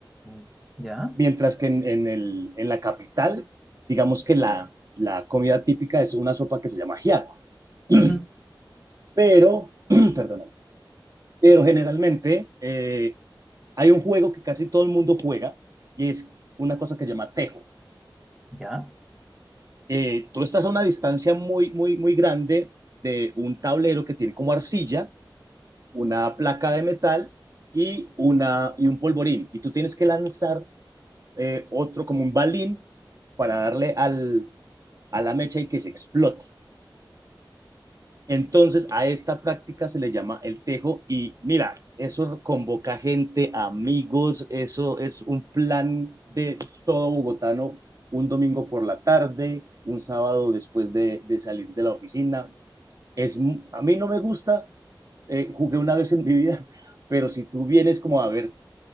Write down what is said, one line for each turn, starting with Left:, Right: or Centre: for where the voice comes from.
Centre: Mm. ya,
Right: mientras que en, en el- en la capital, digamos que la, la comida típica es una sopa que se llama ajiaco <clears throat>
Centre: ujú,
Right: Pero, <coughs> perdóname, pero generalmente eh, hay un juego que casi todo el mundo juega y es una cosa que se llama tejo.
Centre: ya.
Right: Eh, tú estás a una distancia muy, muy, muy grande de un tablero que tiene como arcilla, una placa de metal y, una, y un polvorín. Y tú tienes que lanzar eh, otro como un balín para darle al, a la mecha y que se explote. Entonces, a esta práctica se le llama el tejo y mira, eso convoca gente, amigos, eso es un plan de todo bogotano, un domingo por la tarde, un sábado después de, de salir de la oficina. Es, a mí no me gusta, eh, jugué una vez en mi vida, <laughs> pero si tú vienes como a ver